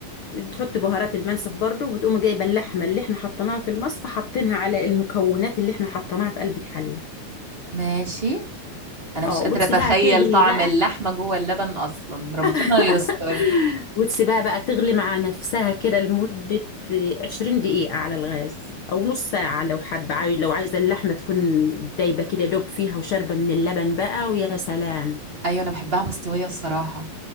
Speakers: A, on the left (about 60°); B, on the right (about 20°).
A: بتحط بهارات المنسف برضو وبتقوم جايبة اللحمة اللي احنا حطيناها في المصفى حاطينها على المكونات اللي احنا حطيناها في قلب الحلة
B: ماشي انا
A: اه
B: مش
A: وتسيبها
B: قادرة اتخيل
A: تغلي
B: طعم
A: بقى
B: اللحمة جوه اللبن اصلا ربنا
A: <laughs>
B: يستر
A: وتسيبها بقى تغلي مع نفسها كده لمدة عشرين دقيقة على الغاز أو نص ساعة لو حابة عاي- لو عايزة اللحمة تكون دايبة كده دوب فيها وشاربة من اللبن بقى ويا سلام
B: ايوه انا بحبها مستوية الصراحة